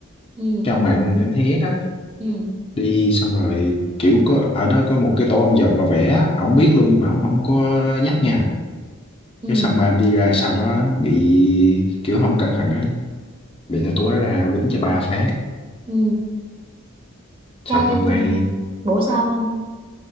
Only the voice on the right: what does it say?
Ừ,
ừ,
ừ,
ừ.
Cái
bổ sao không?